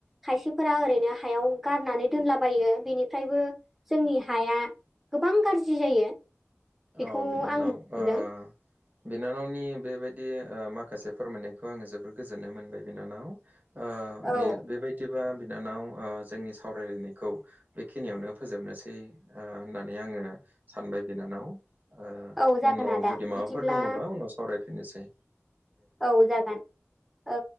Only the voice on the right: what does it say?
औ बिनानाव
ओ बिनानावनि बेबायदि माखासे फोरमायनायखौ आङो जोबोर गोजोननाय मोनबाय बिनानाव
बे बेबायदिबा बिनानाव जोंनि सावरायलायनायखौ बेखिनियावनो फोजोबनोसै होननानै आङो सानबाय बिनानाव ओ
उनाव
जुदि माबाफोर
दङबा उनाव सावरायफिनोसै